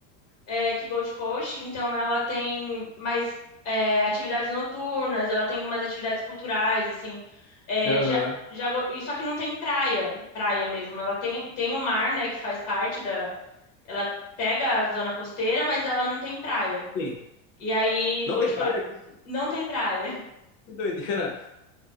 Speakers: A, on the left; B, on the left.
A: é, que Gold Coast, então ela tem mais é, atividades noturnas, ela tem umas atividades culturais, assim. É,
B: Aham.
A: já, já, go- e só que não tem praia, praia mesmo. Ela tem, tem o mar, né, que faz parte da. Ela pega a zona costeira, mas ela não tem praia.
B: Sim.
A: E aí,
B: Não
A: Gold
B: tem praia?
A: Coast
B: Que,
A: não tem praia. <laughs>
B: que doideira.